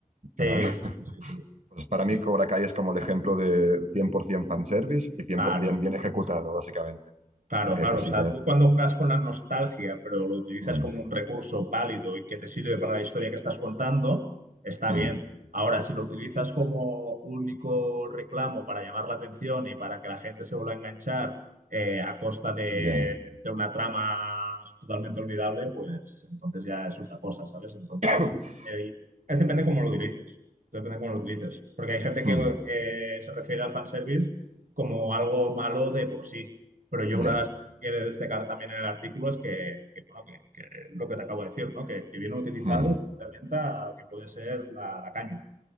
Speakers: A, on the right; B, on the right.
A: Sí,
B: para, <laughs>
A: sí, sí, sí, sí,
B: pues para
A: sí,
B: mí
A: sí,
B: Cobra Kai es como el ejemplo de 100% fanservice y 100%
A: claro.
B: bien ejecutado, básicamente,
A: Claro,
B: porque
A: claro.
B: hay cosillas.
A: O sea, tú cuando juegas con la nostalgia, pero lo utilizas
B: mm,
A: como un recurso válido y que te sirve para la historia que estás contando, está
B: mm,
A: bien. Ahora, si lo utilizas como único reclamo para llamar la atención y para que la gente se vuelva a enganchar eh, a costa de,
B: ya.
A: de una trama totalmente olvidable, pues entonces ya es otra cosa, ¿sabes? Entonces,
B: <clears throat>
A: eh, es depende cómo lo utilices. Depende cómo lo utilices. Porque hay gente
B: Hmm,
A: que, que se refiere al fanservice como algo malo de por sí. Pero yo
B: ya.
A: una de las cosas que quiero destacar también en el artículo es que, que, bueno, que, que lo que te acabo de decir, ¿no? Que, que vienen utilizados
B: Hmm,
A: una herramienta que puede ser la, la caña.